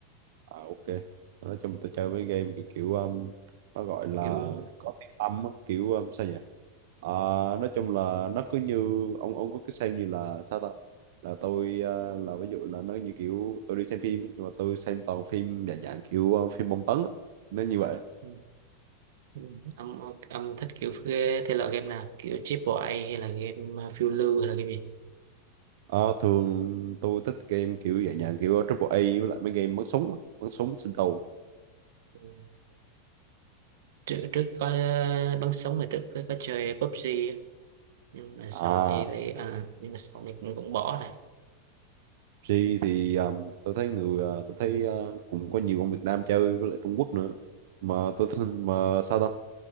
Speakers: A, on the right; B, on the right.
A: à, ok nói chung tôi chơi mấy game kiểu, kiểu um, nó gọi là
B: kiểu
A: có tiếng tăm á, kiểu um, sao nhỉ à, nói chung là nó cứ như ông ông có cứ xem như là sao ta là tôi à, là ví dụ là nó như kiểu tôi đi xem phim ấy, nhưng mà tôi xem toàn phim dạng dạng kiểu ờ, phim bom tấn á. nó như vậy
B: ừ. Ừ, Ông, ông, ông thích kiểu ghê thể loại game nào kiểu triple A hay là game uh, phiêu lưu hay là game gì
A: Ờ, thường tôi thích game kiểu dạng dạng kiểu triple A với lại mấy game bắn súng á, bắn súng sinh tồn
B: ừ. trước, trước có uh, bắn súng là trước có, có chơi PUBG á. nhưng mà sau
A: à
B: này thì à, nhưng mà sau này cũng cũng bỏ này
A: G thì um, tôi thấy người ờ, tôi thấy ờ, cũng có nhiều ông Việt Nam chơi với lại Trung Quốc nữa mà tôi thấy- <laughs> mà sao ta